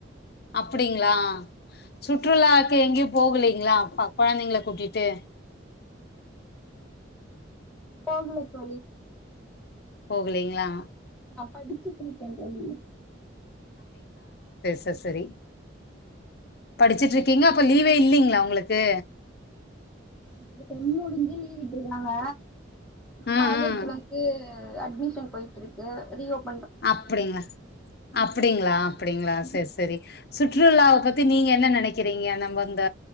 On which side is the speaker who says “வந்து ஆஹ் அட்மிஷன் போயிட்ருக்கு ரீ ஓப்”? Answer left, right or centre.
Centre